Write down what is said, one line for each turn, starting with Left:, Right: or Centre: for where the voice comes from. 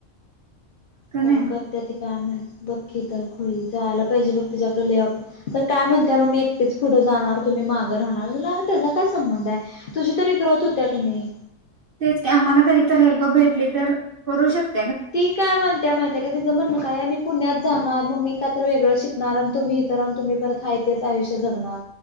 Right: का नाही
Left: काय करते त. काय म्हण बकी तर खळी जायला पाहिजे. बघ तच्याकडं काय म्हणते. मग मी एकटीच पुढं जाणार तुम्ही मागं राहणार त्याचा काय संबंध. आहे तुझी तरी ग्रोथ होत्या.. का नाही
Right: तेच आम्हाला कधी तर हेल्प भेटली तर करू शकत.
Left: ती काय म्हणते. त्या महिितय का तचं म्हणणं. काय मी पुण्यात जाणार. मग मी का तर वेगळं शिकणार आणि तुम्ही इथर राहून. तुम्ही परत हा तेच आयुष्य जगणार